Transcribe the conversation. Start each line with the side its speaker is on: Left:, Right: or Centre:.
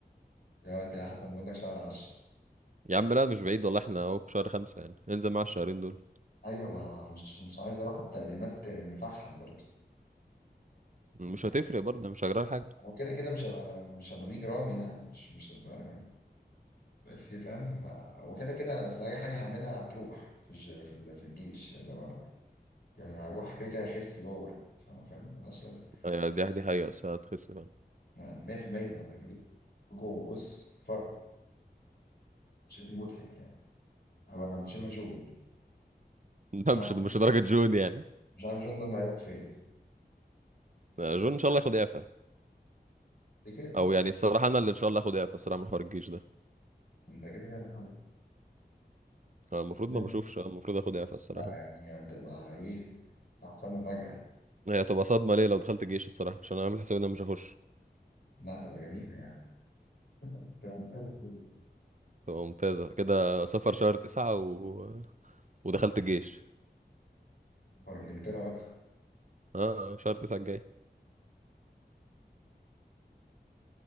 Left: دلوقتي يا حسن بقول لك شهر عشرة
Right: يا عم لا مش بعيد والله احنا اهو في شهر خمسة يعني ننزل مع الشهرين دول
Left: أيوة ما مش مش عايز أروح على التقديمات مفحل برضه
Right: مش
Left: يعني فاهم
Right: هتفرق برضه مش هجرى حاجة
Left: هو كده كده مش هبقى مش هبقى بيج رامي يعني مش مش هبقى يعني. بس فاهم ما- وكده كده أصل أي حاجة هعملها هتروح في الج... في, ال... في الجيش اللي هو يعني هروح كده كده أخس جوه فاهم فاهم ملهاش لازمة
Right: آه، يعني دي دي حقيقة بس هتخس فعلا
Left: أنا 100% لما أجي جوه بص فرق شكلي مضحك يعني هبقى مش عارف جون
Right: <laughs> لا
Left: مش
Right: مش
Left: عارف
Right: مش لدرجة جون يعني
Left: مش عارف جون ده اللي هيروح فين
Right: آه، جون ان شاء الله ياخد اعفاء
Left: دي كده
Right: او يعني الصراحة انا اللي ان شاء الله اخد اعفاء الصراحة من حوار الجيش ده
Left: انت كده كده
Right: آه، المفروض
Left: لا،
Right: ما بشوفش آه، المفروض اخد اعفاء الصراحة
Left: يعني هتبقى إيه أحسن مفاجأة
Right: هي هتبقى صدمة ليه لو دخلت الجيش الصراحة عشان انا عامل حسابي ان انا مش هخش
Left: لا هتبقى جميلة يعني أنت متأكد
Right: تبقى ممتازة كده سفر شهر تسعة و ودخلت الجيش
Left: سفر إنجلترا بقى
Right: اه آه، شهر تسعة الجاي